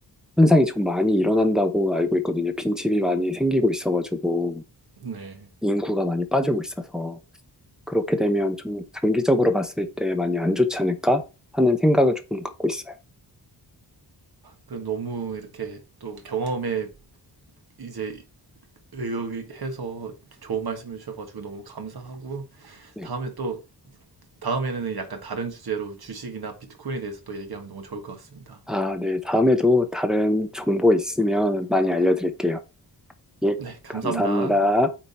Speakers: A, in the centre; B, on the right (about 60°).
A: 현상이 좀 많이 일어난다고 알고 있거든요. 빈집이 많이 생기고 있어가지고,
B: 네.
A: 인구가 많이 빠지고 있어서. 그렇게 되면 좀 장기적으로 봤을 때 많이 안 좋지 않을까 하는 생각을 조금 갖고 있어요.
B: 그 너무 이렇게 또 경험에 이제 의논해서 좋은 말씀해 주셔가지고 너무 감사하고
A: 네.
B: 다음에 또 다음에는 약간 다른 주제로 주식이나 비트코인에 대해서 또 얘기하면 너무 좋을 것 같습니다.
A: 아, 네. 다음에도 다른 정보 있으면 많이 알려드릴게요. 예,
B: 네, 감사합니다.
A: 감사합니다.